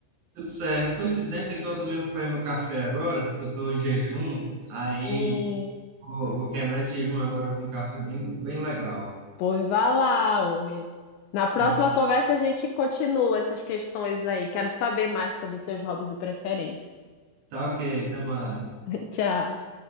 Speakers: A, on the right; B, on the left.
A: Tudo certo. Coincidência que eu também fui fazer meu café agora, que eu estou em jejum. Aí.
B: Hum.
A: Vou, vou quebrar esse jejum agora com um café bem, bem legal.
B: Pois vá lá, homem. Na próxima
A: Tá,
B: conversa a gente continua essas questões aí. Quero saber mais sobre teus hobbies e preferências.
A: tá ok, tamo mais.
B: <laughs> Tchau.